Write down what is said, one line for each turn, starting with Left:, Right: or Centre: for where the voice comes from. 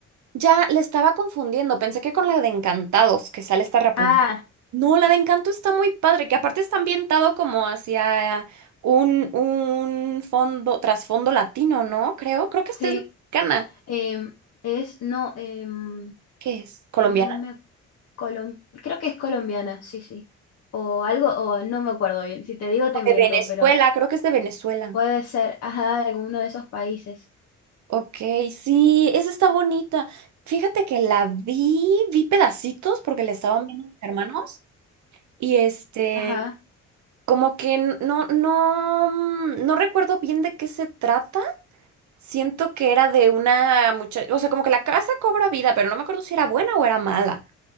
Right: ya le estaba confundiendo. Pensé que con la de Encantados, que sale esta Rapunzel.
Left: Ah,
Right: No, la de Encanto está muy padre, que aparte está ambientado como hacia un, un fondo, trasfondo latino, ¿no? Creo, creo que esta
Left: sí,
Right: es mexicana.
Left: em, es, no, em,
Right: ¿Qué es? ¿Colombiana?
Left: No me... Colom- Creo que es colombiana, sí, sí. O algo, o no me acuerdo bien. Si te digo, te miento,
Right: De Venezuela,
Left: pero
Right: creo que es de Venezuela.
Left: puede ser, ajá, alguno de esos países.
Right: Ok, sí, esa está bonita. Fíjate que la vi, vi pedacitos porque le estaban viendo a mis hermanos y este...
Left: Ajá.
Right: Como que n- no, no, mm, no recuerdo bien de qué se trata. Siento que era de una muchacha, o sea, como que la casa cobra vida, pero no me acuerdo si era buena o era mala.